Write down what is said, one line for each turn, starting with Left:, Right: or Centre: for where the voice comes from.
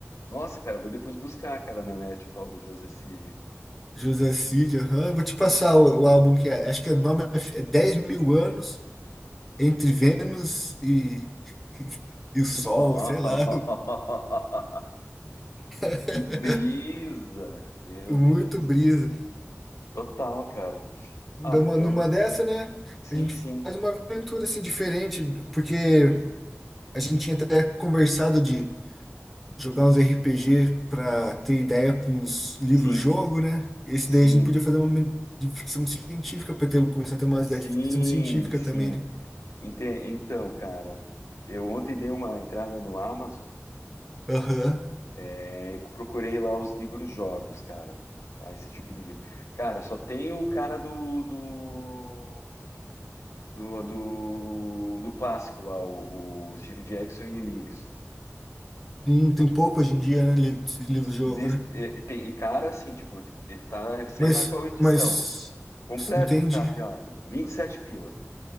Left: Nossa, cara, vou depois buscar, cara, na net o tal do José Cid.
Centre: José Cid, aham. Vou te passar o, o álbum que é. Acho que o nome é f- é 10 mil anos entre Vênus e, <laughs> e o Sol,
Left: <laughs>
Centre: sei lá. <laughs>
Left: Que brisa! Meu
Centre: Muito
Left: Deus.
Centre: brisa.
Left: Total, cara.
Centre: Dá
Left: Ah,
Centre: uma-
Left: então,
Centre: Numa dessa, né?
Left: sim,
Centre: A gente
Left: sim,
Centre: faz uma aventura assim diferente, porque a gente tinha até conversado de jogar uns RPG para ter ideia para uns livros-jogo,
Left: sim,
Centre: né? Esse
Left: sim,
Centre: daí a gente podia fazer uma men- de ficção científica para ter começar a ter umas
Left: sim,
Centre: ideias de ficção científica
Left: sim.
Centre: também, né?
Left: Ente- Então, cara, eu ontem dei uma entrada no Amazon
Centre: Aham.
Left: É, procurei lá os livros jogos, cara. Tá? Esse tipo de livro. Cara, só tem o cara do, do, do, do, do clássico lá, o, o Steve Jackson e Nilsson.
Centre: Sim, tem
Left: Só-
Centre: pouco hoje em dia, né? li- Livro-jogo,
Left: desse-
Centre: né?
Left: é, tem, e cara, assim, tipo, ele tá, sei
Centre: Mas,
Left: lá qual edição.
Centre: mas,
Left: Completo
Centre: entendi.
Left: o catálogo, 27 pila.